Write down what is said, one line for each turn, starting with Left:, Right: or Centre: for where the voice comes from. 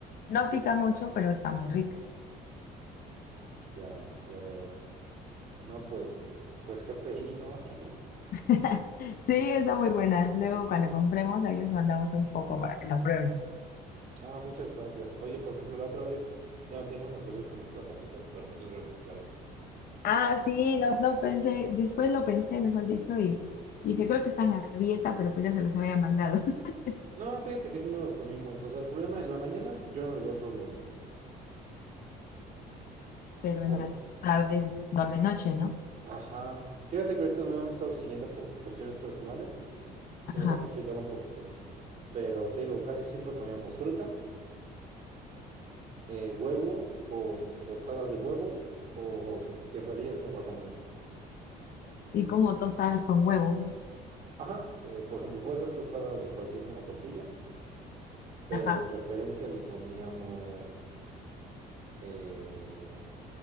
Left: No pica mucho, pero está muy rica.
Right: Ya, ya veo. No, pues, pues G P I ¿no? <laughs>
Left: <laughs> Sí, está muy buena. Luego cuando compremos, ahí les mandamos un poco para que la prueben.
Right: Ah, muchas gracias. Oye, por ejemplo, la otra vez ya no te dimos las gracias por los platanitos, pero muchas gracias, Claudia.
Left: Ah, sí, no, no pensé, después lo pensé, mejor dicho, y dije, creo que están a dieta, pero pues ya se los había mandado. <laughs>
Right: No, fíjate que sí no los comimos. O sea, el problema, en la mañana yo no le veo el problema.
Left: Pero
Right: Porque,
Left: en las tardes, tarde noche, ¿no?
Right: ajá. Fíjate que ahorita no la hemos estado siguiendo por cuestiones personales. Se
Left: Ajá.
Right: nos ha complicado un poquito. Pero te digo, casi siempre comíamos fruta, eh, huevo o tostadas de huevo o quesadillas con guacamole.
Left: Y como tostadas con huevo,
Right: Ajá, eh, por ejemplo, puede ser tostada de cualquier como tortilla, pero
Left: ajá,
Right: de preferencia le poníamos, eh,